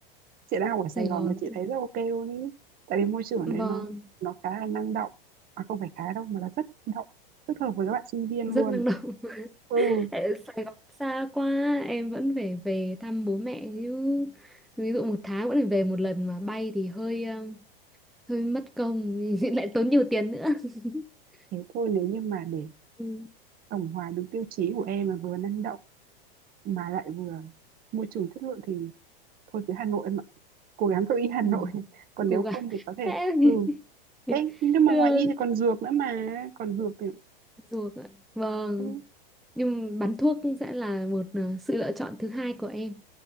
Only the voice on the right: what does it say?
chị đang học ở Sài
Gòn
mà chị thấy rất ok luôn ý tại vì môi trường
ở đấy nó nó khá là năng động mà không phải khá đâu mà là rất động rất hợp với các bạn sinh viên
luôn
ừ
thế thôi nếu như mà để
tổng hòa đúng tiêu chí của em mà vừa năng động mà lại vừa môi trường chất lượng thì thôi cứ Hà Nội em ạ cố gắng cậu y Hà
Nội <laughs> còn
nếu
không thì
có thể
ừ
Ê, nhưng mà
ngoài y thì còn dược nữa mà còn dược thì
ừ,